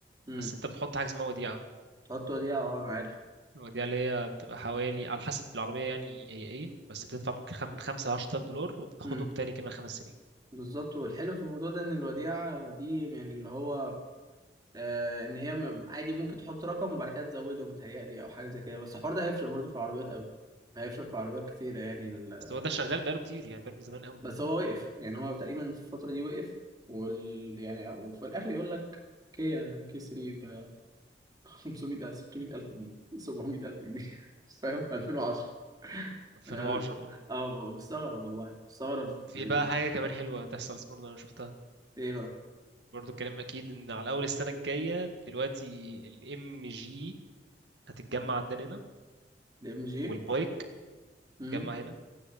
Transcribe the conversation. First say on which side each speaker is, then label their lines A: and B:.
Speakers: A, on the right; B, on the right.
A: امم
B: بس انت بتحط حاجه اسمها وديعه
A: تحط وديعة اه انا عارف
B: الوديعه اللي هي بتبقى حوالي على حسب بالعربيه يعني هي ايه بس بتدفع ممكن خم- من 5 ل 10000 دولار وبتاخدهم
A: امم
B: تاني كمان خمس سنين
A: بالظبط والحلو في الموضوع ده ان الوديعة دي يعني اللي هو آه، ان هي م- عادي ممكن تحط رقم وبعد كده تزوده متهيألي او حاجه زي كده بس الحوار ده هيفرق برضه في العربيات قوي هيفرق في عربيات كتيره يعني ال...
B: بس هو ده شغال بقاله كتير يعني بقاله من زمان قوي
A: بس هو وقف يعني هو تقريبا في الفتره دي وقف وال... يعني وفي الاخر يقول لك كيا كي 3 ب <laughs> 500 ألف 600 الف جنيه 700 الف جنيه <laughs> فاهم 2010
B: 2010
A: يعني
B: اه
A: اه ب- مستغرب والله مستغرب بال...
B: في بقى حاجه كمان حلوه تحصل برضه انا شفتها
A: ايه بقى
B: برضه الكلام اكيد ان على اول السنه الجايه دلوقتي الام جي هتتجمع عندنا هنا
A: الام جي
B: والبايك
A: إمم.
B: هتتجمع هنا